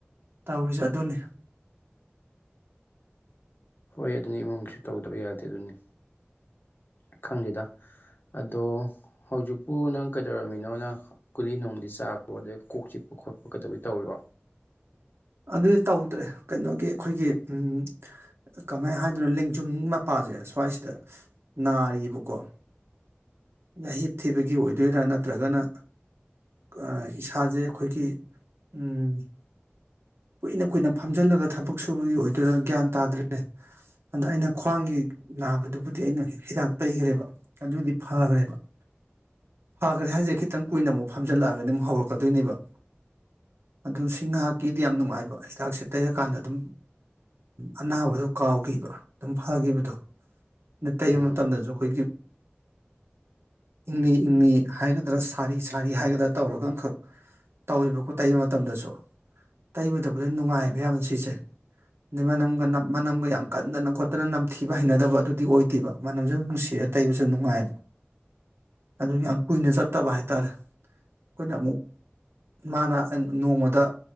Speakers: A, on the right (about 75°); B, on the left (about 55°).
A: ꯇꯧꯔꯤꯁꯦ ꯑꯗꯨꯅꯤ꯫
B: ꯍꯣꯏ ꯑꯗꯨꯅꯤ ꯏꯃꯨꯡꯁꯨ ꯇꯧꯗꯕ ꯌꯥꯗꯦ ꯑꯗꯨꯅꯤ ꯈꯪꯗꯦꯗ꯫ ꯑꯗꯣ ꯍꯧꯖꯤꯛꯄꯨ ꯅꯪ ꯀꯩꯗꯧꯔꯝꯃꯤꯅꯣ ꯅꯪ꯫ ꯀꯨꯂꯤ ꯅꯨꯡꯗꯤ ꯆꯥꯕ꯭ꯔꯣ ꯑꯗꯩ ꯀꯣꯛ ꯆꯤꯛꯄ ꯈꯣꯠꯄ ꯀꯩꯗꯧꯋꯤ ꯇꯧꯔꯤꯕꯣ꯫
A: ꯑꯗꯨꯗꯤ ꯇꯧꯗ꯭ꯔꯦ ꯀꯩꯅꯣꯒꯤ ꯑꯩꯈꯣꯏꯒꯤ ꯎꯝ꯫ ꯀꯃꯥꯏꯅ ꯍꯥꯏꯗꯣꯏꯅꯣ ꯂꯦꯡꯖꯨꯝ ꯃꯄꯥꯁꯦ ꯁ꯭ꯋꯥꯏꯁꯤꯗ ꯅꯥꯔꯤꯌ‌ꯦꯕꯀꯣ ꯫ ꯌꯥꯍꯤꯞ ꯊꯤꯕꯒꯤ ꯑꯣꯏꯗꯣꯏꯔꯥ ꯅꯠꯇ꯭ꯔꯒꯅ ꯑ ꯏꯁꯥꯖꯦ ꯑꯩꯈꯣꯏꯒꯤ ꯎꯝ ꯀꯨꯏꯅ ꯀꯨꯏꯅ ꯐꯝꯖꯤꯜꯂꯒ ꯊꯕꯛ ꯁꯨꯕꯒꯤ ꯑꯣꯏꯗꯣꯢꯔ ꯒ꯭ꯌꯥꯟ ꯇꯥꯗ꯭ꯔꯦ ꯫ ꯑꯗ ꯑꯩꯅ ꯈ꯭ꯋꯥꯡꯒꯤ ꯅꯥꯕꯗꯨꯕꯨꯗꯤ ꯑꯩꯅ ꯍꯤꯗꯥꯛ ꯇꯩꯈꯒ꯭ꯔꯦꯕ ꯫ ꯑꯗꯨꯗꯤ ꯐꯒ꯭ꯔꯦꯕ ꯫ ꯐꯈꯒ꯭ꯔꯦ ꯍꯥꯏꯖꯦ ꯈꯤꯇꯪ ꯀꯨꯏꯅ ꯥꯃꯨꯛ ꯐꯝꯖꯜꯂꯒꯅꯤ ꯑꯃꯨꯛ ꯍꯧꯔꯛꯀꯗꯣꯏꯅꯦꯕ ꯫ ꯑꯗꯨ ꯁꯤ ꯉꯥꯏꯍꯥꯛꯀꯤꯗꯤ ꯌꯥꯝ ꯅꯨꯡꯉꯥꯏꯕ ꯍꯤꯗꯥꯛꯁꯦ ꯇꯩꯔꯀꯥꯟꯗ ꯑꯗꯨꯝ ꯑꯅꯥꯕꯗꯨ ꯀꯥꯎꯒꯤꯕ ꯑꯗꯨꯝ ꯐꯒꯤꯕꯗꯨ ꯫ ꯅ ꯇꯩꯕ
B: ꯎꯝ
A: ꯃꯇꯝꯗꯖꯨ ꯑꯩꯈꯣꯏꯒꯤ ꯏꯪꯂꯤ ꯏꯪꯂꯤ ꯍꯥꯏꯒꯗ꯭ꯔꯥ ꯁꯥꯔꯤ ꯁꯥꯔꯤ ꯍꯥꯏꯒꯗ꯭ꯔꯥ ꯇꯧꯔꯒ ꯑꯃꯈꯛ ꯇꯧꯋꯦꯕꯀꯣ ꯇꯩꯕ ꯃꯇꯝꯗꯁꯨ ꯫ ꯇꯩꯕꯗꯕꯗꯤ ꯅꯨꯡꯉꯥꯏꯌ‌ꯦꯕ ꯌꯥꯝꯅ ꯁꯤꯁꯦ ꯫ ꯑꯗꯩ ꯃꯅꯝꯒ ꯃꯅꯝ ꯃꯅꯝꯒ ꯌꯥꯝ ꯀꯟꯗꯅ ꯈꯣꯠꯇꯅ ꯅꯝꯊꯤꯕ ꯍꯩꯅꯗꯕ ꯑꯗꯨꯗꯤ ꯑꯣꯏꯗꯦꯕ ꯃꯅꯝꯖꯨ ꯅꯨꯡꯁꯤꯔꯦ ꯇꯩꯕꯁꯨ ꯅꯨꯡꯉꯥꯏ ꯑꯗꯨꯒꯤ ꯌꯥꯝ ꯀꯨꯏꯅ ꯆꯠꯇꯕ ꯍꯥꯏ ꯇꯥꯔꯦ ꯫ ꯑꯩꯈꯣꯏꯅ ꯑꯃꯨꯛ ꯃꯥꯅ ꯑꯪ ꯅꯣꯡꯃꯗ